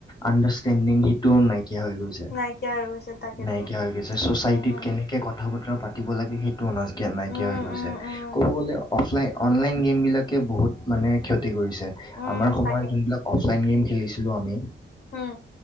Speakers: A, on the left (about 20°); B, on the left (about 55°).
A: আণ্ডাৰষ্টেণ্ডিং সেইটোও নাইয়। নাই হৈ গৈছে,
B: নাইকিয়া হৈ গৈছে তাকেতো
A: নাইকিয়া হৈ গৈছে চচাইটিত
B: উম হম
A: কেনেকে কথা বতৰা। পাতিব লাগে সেইটোজিকে নাইকিয়া
B: উম
A: হৈ গৈছে।
B: উম উম
A: ক'ব গ'লে অফলাইন অনলাইন গেম বিলাকে বহুত মানে ক। ছে
B: উম
A: আমাৰ সময়ত
B: তাকে
A: যোনবিলাক অফলাইন গেম। খেলিছিলোঁ আমি।
B: উম